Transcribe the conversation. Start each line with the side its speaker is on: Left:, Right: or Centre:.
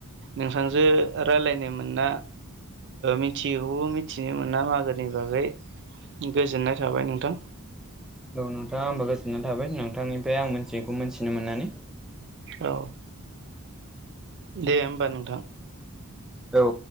Right: नोंथांजो रायलायनो मोनना मिथियैखौबो मिथिनो मोना मागोनि बागै गोजोननाय थाबाय नोंथां।
Centre: औ नोंथाङा आंबो गोजोननाय थाबाय नोंथांनिफ्राय आं मोनथियैखौ मोन्थिनो मोननानै
Right: औ दे होमबा नोंथां।
Centre: औ